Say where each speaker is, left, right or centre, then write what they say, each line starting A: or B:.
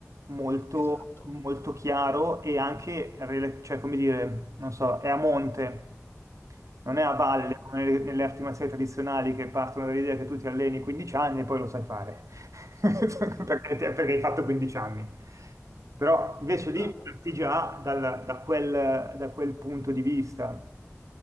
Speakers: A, on the right; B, on the left.
A: molto,
B: Esatto.
A: molto chiaro e anche, rela- cioè, come dire, non so, è a monte, non è a valle,
B: Sì,
A: come nelle, nelle arti marziali tradizionali che partono dall'idea che tu ti alleni 15 anni e poi lo sai fare, <laughs>
B: sì.
A: perché, ti- perché hai fatto 15 anni. Però invece lì
B: Bravo.
A: parti già dal- da quel da quel punto di vista